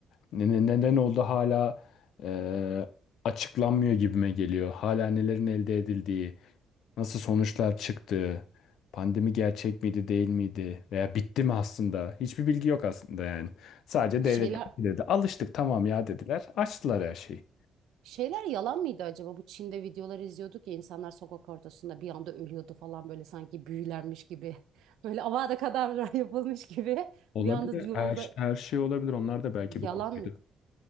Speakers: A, on the left; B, on the right.
A: Ne- ne- Neden oldu hala e, açıklanmıyor gibime geliyor. Hala nelerin elde edildiği, nasıl sonuçlar çıktığı, pandemi gerçek miydi değil miydi veya bitti mi aslında? Hiçbir bilgi yok aslında yani. Sadece devletler
B: Şeyler
A: dedi. Alıştık tamam ya dediler. Açtılar her şeyi.
B: şeyler yalan mıydı acaba? Bu Çin'de videolar izliyorduk ya insanlar sokak ortasında bir anda ölüyordu falan böyle sanki büyülenmiş gibi. <laughs> Böyle Avada Kedavra <laughs> yapılmış gibi
A: Olabilir.
B: bir anda yolda
A: Her, her şey olabilir. Onlar da belki
B: yalan
A: bu konuydu.
B: mıydı?